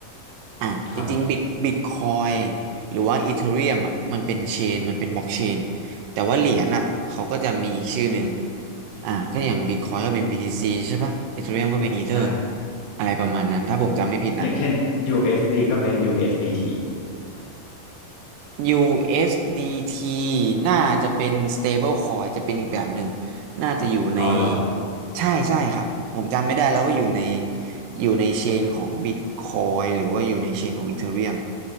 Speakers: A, on the right (about 80°); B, on the left (about 90°).
A: อ่ะจริงๆบิตบิตคอย
B: ครับ
A: หรือว่าอีเธอเรียมอ่ะมันเป็นเชนมันเป็นบล็อกเชนแต่ว่าเหรียญอ่ะเขาก็จะมีอีกชื่อหนึ่ง อ่าก็อย่างบิตคอยก็เป็น BTC ใช่ปะเอ h เ r ียมก็เป็นอีเธอ
B: ใช่
A: อะไรประมาณนั้นถ้าผมจำไม่ผิดนะ
B: อย่างเช่น USD ก็เป็น USDT อสดีที
A: USDT น่าจะเป็น stable coin จะเป็นอีกแบบหนึ่งน่าจะอยู่ใน
B: อ๋อเหรอ
A: ใช่ใช่ครับผมจำไม่ได้แล้วว่าอยู่ในอยู่ในเชนของ Bitcoin หรือว่าอยู่ในเชนของ Ethereum